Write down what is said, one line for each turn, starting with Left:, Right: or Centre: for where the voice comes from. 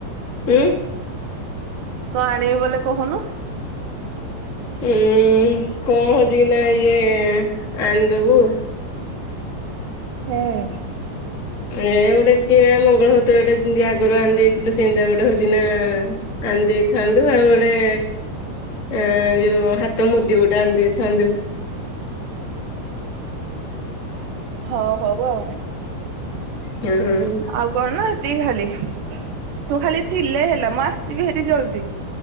Left: ଉଁ?
Right: କଁ ଆଣିବି ବୋଲେ କହୁନୁ?
Left: ଏ କଁ ହଉଚି କିନା ଇଏ ଆଣିଦବୁ।
Right: ହୁଁ।
Left: ଏ ଗୋଟେ କିଣା ମଙ୍ଗଳସୂତ୍ର ଟେ ଯିମିତି ଆଗରୁ ଆଣିଦେଇଥିଲୁ ସେମିତିଆ ଗୋଟେ ହଉଛି ନା ଆଣିଦେଇଥାନ୍ତୁ ଆଉ ଗୋଟେ ଆଁ ଯୋଉ ହାତ ମୁଦି ଗୋଟେ ଆନ୍‌ଦେଇଥାନ୍ତୁ।
Right: ହ ହଉ ଆଉ।
Left: ହୁଁ ହୁଁ ଉଁ।
Right: ଆଉ କଣ ନା ଏତିକି ଖାଲି ତୁ ଖାଲି ଥିଲେ ହେଲା ମୁଁ ଆସିବି ହାରି ଜଲଦି।